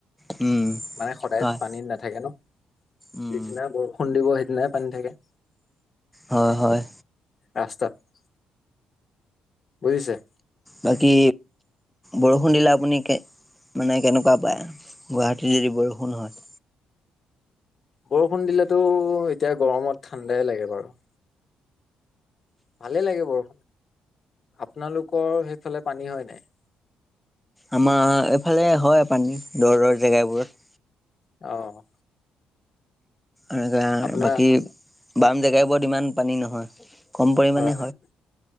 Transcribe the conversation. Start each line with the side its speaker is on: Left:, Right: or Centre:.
Centre: উম
Left: মানে সদায়
Centre: হয়
Left: পানীত নাথাকে ন -
Centre: উম
Left: যিদিনা বৰষুণ দিব সেইদিনাই পানী থাকে।
Centre: হয় হয়
Left: ৰাস্তাত বুজিছে।
Centre: বাকী বৰষুণ দিলে আপুনি মানে কেনেকুৱা পায় গুৱাহাটীত যদি বৰষুণ হয়
Left: বৰষুণ দিলেতো এতিয়া গৰমত ঠাণ্ডাই লাগে বাৰু ভালে লাগে বাৰু আপোনালোকৰ সেইফালে পানী হয় নাই?
Centre: আমাৰ এইফালে হয় পানী দৰ দৰ জেগাবোৰত।
Left: অ
Centre: এনেকৈ
Left: আপোনাৰ
Centre: বাকী বাম জেগাইবোৰত ইমান পানী নহয়। কম পৰিমাণে
Left: হয় হয়